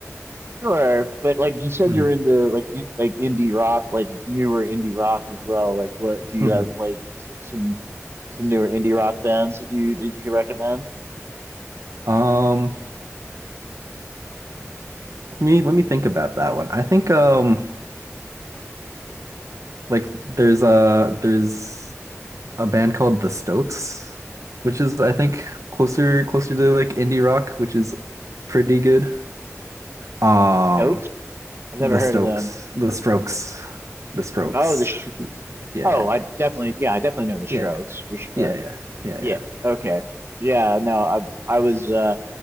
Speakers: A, on the right; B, on the right.
A: sure, but like you said
B: hmm
A: you're into like in- like indie rock, like newer indie rock as well. Like what do you
B: hmm
A: have like s- some some newer indie rock bands that you that you could recommend?
B: Um, me let me think about that one. I think um like there's a there's a band called The Stokes, which is I think closer closer to like indie rock, which is pretty good. Um
A: Nope. I've never
B: The
A: heard
B: Stokes,
A: of them.
B: The Strokes, The Strokes.
A: Oh, the Sh-
B: Yeah, yeah,
A: oh, I definitely yeah, I definitely know the Strokes
B: yeah,
A: for sure.
B: yeah, yeah, yeah,
A: Yeah.
B: yeah.
A: Okay. Yeah. No, I I was uh